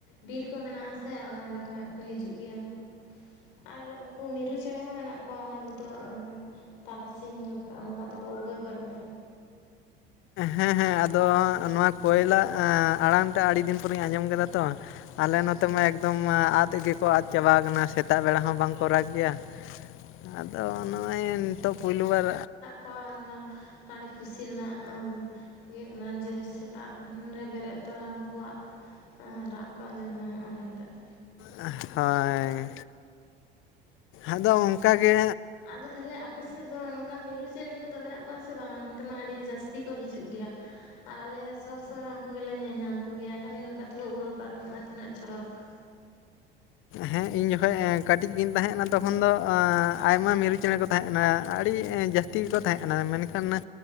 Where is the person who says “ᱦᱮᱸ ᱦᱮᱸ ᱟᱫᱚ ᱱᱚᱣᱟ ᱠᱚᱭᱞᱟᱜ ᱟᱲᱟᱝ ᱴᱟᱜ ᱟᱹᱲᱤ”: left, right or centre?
Left